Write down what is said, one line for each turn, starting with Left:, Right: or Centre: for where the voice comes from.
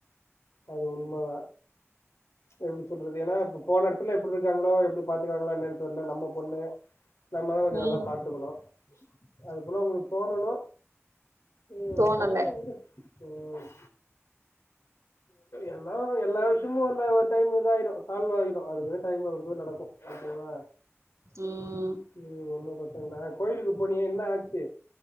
Left: அது உண்மை தான் எப்படி சொல்றது ஏன்னா இப்போ போன இடத்துல எப்படி இருக்காங்களோ எப்படி பார்த்துக்கறாங்களோ என்னென்னு தெரியலை நம்ம பொண்ணு நம்மதான் கொஞ்சம்
Right: ம்
Left: நல்லா பார்த்துக்கணும் அது போல உங்களுக்கு தோணணும் ம்
Right: தோணல
Left: கெடக்குட்டும் விடு ம் எல்லாம் எல்லாம் சும்மா அந்த ஒரு டைம் இத ஆயிடும் சால்வ் ஆயிடும் அதுக்கு டைம் வரும் போது அது போல நடக்கும்
Right: ம்ம்
Left: ம் ஒன்னும் பசம் இல்லை கோயிலுக்கு போனியே என்ன ஆச்சு